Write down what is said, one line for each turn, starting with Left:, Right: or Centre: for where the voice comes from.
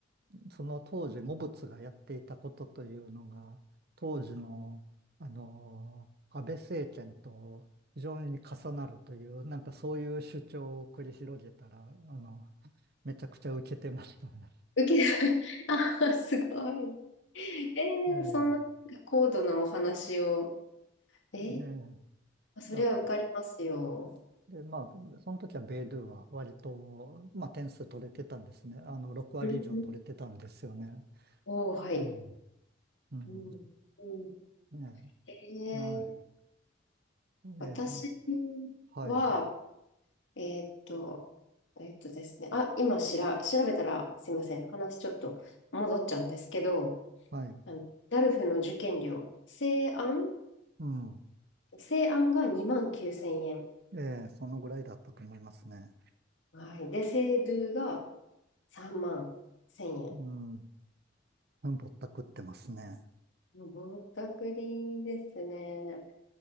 Right: その当時、モブツがやっていたことというのが、当時の、あの、安倍政権と非常に重なるという、なんかそういう主張を繰り広げたら、あの、めちゃくちゃ受けてましたね。
Left: 受け、<laughs> あ、すごい。え
Right: ええ、
Left: ー、そんな高度なお話を。え
Right: ええ
Left: ー、そりゃ受かりますよ。
Right: や、で、まあ、その時はベイドゥは割と、まあ、点数取れてたんですね。あの、6割以上取れてたんですよね。
Left: うんおお、はい。
Right: うん。うん。
Left: うん。うん、
Right: ねえ、
Left: えー、
Right: な、ええ、
Left: 私
Right: はい。
Left: は、えーっと、えーっとですね、あ、今しら、調べたら、すいません、話ちょっと戻っちゃうんですけど、
Right: はい。
Left: あの、ダルフの受験料、正案、
Right: うん。
Left: 正案が2万9000円。
Right: ええ、そのぐらいだったと思いますね。
Left: はい。で、正ドゥが3万1000円。
Right: うん。うんぼったくってますね。
Left: ぼったくりですね。